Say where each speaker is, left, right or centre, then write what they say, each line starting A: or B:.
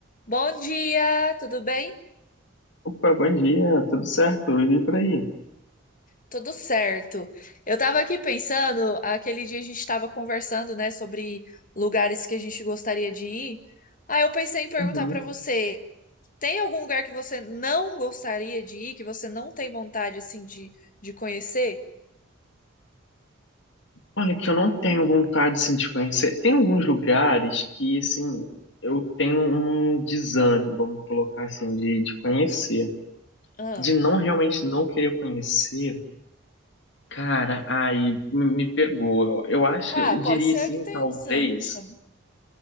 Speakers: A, on the left; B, on the left.
A: Bom dia, tudo bem?
B: Opa, bom dia, tudo certo? E por aí?
A: Tudo certo. Eu tava aqui pensando, aquele dia a gente estava conversando, né, sobre lugares que a gente gostaria de ir. Aí eu pensei em perguntar
B: Uhum.
A: pra você, tem algum lugar que você não gostaria de ir, que você não tem vontade assim de, de conhecer?
B: Olha, que eu não tenho vontade assim, de conhecer. Tem alguns lugares que, assim, eu tenho um desânimo, vamos colocar assim, de, de conhecer.
A: Ah.
B: De não realmente não querer conhecer, cara, aí me, me pegou. Ó. Eu acho
A: Ah,
B: que eu
A: pode
B: diria
A: ser
B: assim,
A: que tenha
B: talvez,
A: desânimo também.